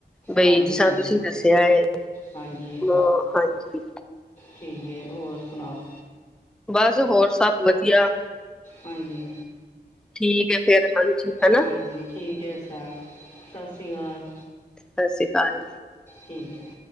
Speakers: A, in the centre; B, on the left.
A: ਦਈ
B: ਹਾਂਜੀ
A: ਚ
B: ਹਾਂਜੀ
A: ਤੁਸੀਂ ਦੱਸਿਆ ਐ ਅ
B: ਹਾਂਜੀ
A: ਹਾਂਜੀ
B: ਠੀਕ ਐ, ਹੋਰ ਸੁਣਾਓ।
A: ਬਸ ਹੋਰ ਸਬ ਵਦੀਆ।
B: ਹਾਂਜੀ।
A: ਠੀਕ ਹੈ ਫੇਰ ਹਾਂਜੀ ਹਨਾ
B: ਹਾਂਜੀ ਠੀਕ ਐ ਛਾ ਸਸ ਸੀ ਕਾਲ।
A: ਸਸ ਸ੍ਰੀ ਕਾਲ।
B: ਠੀਕ ਐ।